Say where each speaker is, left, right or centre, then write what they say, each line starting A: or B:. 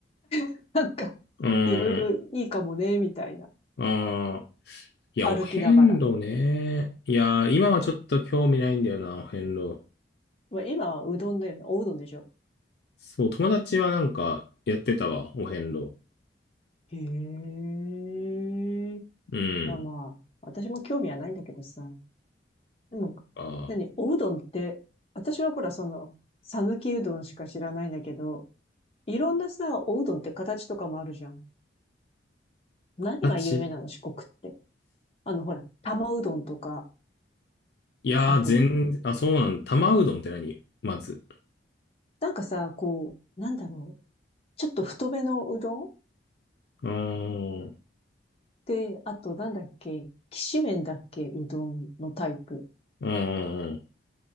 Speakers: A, on the left (about 30°); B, on the left (about 65°).
A: <laughs> なんか、
B: うー
A: いろいろいいかもね、
B: ん。
A: みたいな。
B: ああ。いや、
A: 歩きながら。
B: お遍路ね。いや、今はちょっと興味ないんだよな、お遍路。
A: まあ、今はうどんだよね。おうどんでしょ。
B: そう、友達はなんかやってたわ、お遍路。
A: へえ。
B: うん。
A: あまあ、私も興味はないんだけどさ。でも、
B: ああ、
A: 何、おうどんって、私はほら、その、さぬきうどんしか知らないんだけど、いろんなさ、おうどんって形とかもあるじゃん。何が有名なの、
B: 形
A: 四国って。あの、ほら、玉うどんとか、
B: いやー、
A: あと、
B: 全然、あ、そうなんだ。玉うどんって何まず。
A: なんかさ、こう、なんだろう。ちょっと太めのうどん
B: うーん。
A: で、あとなんだっけ、きしめんだっけ、うどんのタイプ。
B: うん。うん。